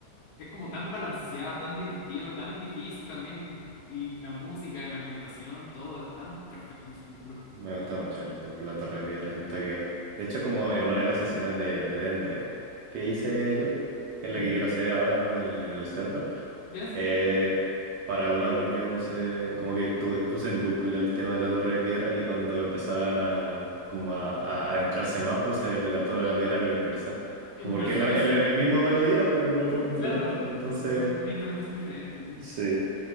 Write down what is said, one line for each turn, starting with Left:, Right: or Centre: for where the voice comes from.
Left: Es como tan balanceado, tan divertido, tan difícil también. Y la música, la ambientación, todo es tan perfecto en ese templo.
Right: Me gusta mucho el Templo de la Torre de Piedra. Siento que, de hecho, como en una de las sesiones de, de Dende que hice yo, que es la
Left: Ujú.
Right: que quiero hacer ahora con el, en el server,
Left: Ya, sí.
Right: eh, para una dungeon, no sé, como que tuve- puse en loop la- el tema de la Torre de Piedra y cuando empezaban a, como a, a adentrarse más, puse el de la Torre de la Piedra, pero inversa.
Left: Inversa,
Right: Como porque es la, es
Left: <laughs> sí.
Right: la- el mismo melodía, pero con otro instrumento.
Left: Claro,
Right: Entonces,
Left: con, con una instrumentación diferente, sí.
Right: sí,